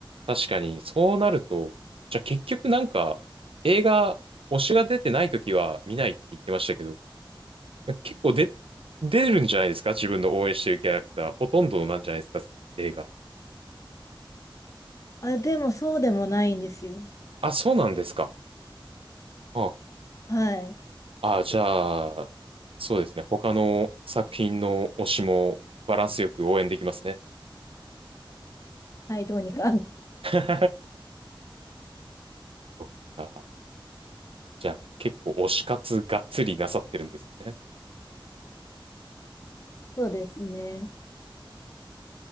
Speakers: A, on the right (about 90°); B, on the left (about 35°).
A: 確かに、そうなると、じゃあ結局なんか、映画、推しが出てない時は見ないって言ってましたけど、結構で、出るんじゃないですか自分の応援してるキャラクター。ほとんどなんじゃないですかその映画。
B: あ、でもそうでもないんですよ。
A: あ、そうなんですか。あ
B: はい。
A: あ、じゃあ、そうですね。他の作品の推しもバランスよく応援できますね。
B: はい、どうにか。<laughs>
A: <laughs> そっか。じゃあ、結構推し活がっつりなさってるんですね。
B: そうですね。